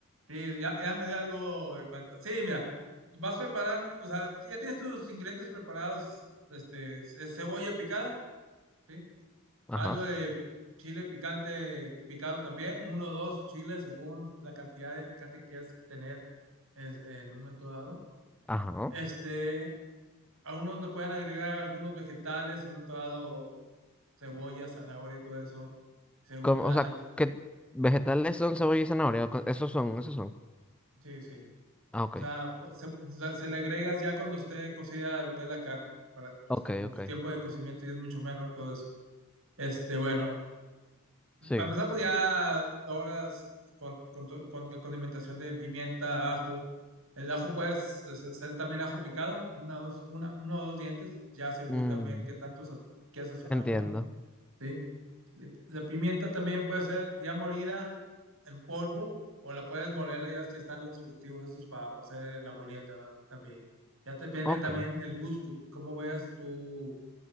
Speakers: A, on the right; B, in the centre.
A: Sí, ya, ya me di algo de cuenta. Sí, mira, vas preparando, o sea, si ya tienes tus ingredientes preparados, este, es cebolla picada, ¿sí? Algo
B: Ajá,
A: de chile picante picado también, uno o dos chiles según la cantidad de picante que quieras tener es- en un momento dado.
B: ajá.
A: Este, a unos le pueden agregar algunos vegetales, en un momento dado, cebolla, zanahoria, todo eso, según,
B: como
A: a-
B: o sea,
A: a- la-
B: ¿qué vegetales son cebolla y zanahoria? Co- Esos son, esos son.
A: sí, sí.
B: Ah, ok.
A: O sea, fu- se, se- se le agregas ya cuando esté cocida lo que es la carne, para, pues,
B: Ok,
A: como
B: ok.
A: su tiempo de cocimiento y es mucho menos y todo eso. Este, bueno,
B: Sigue.
A: para empezar, pues ya doras con, con, to- con condimentación de pimienta, ajo. El ajo puedes ser también ajo picado, una, dos, una, uno o dos dientes, ya según
B: Mm.
A: también qué tanto sa- quieras sazonarlo,
B: Entiendo.
A: ¿va? ¿sí? Le- La pimienta también puede ser ya molida en polvo o la puedes molerla ya si están los dispositivos esos para, para hacer la molienda ¿verdad? también. Ya depende
B: Ok.
A: también el gusto, cómo veas tú.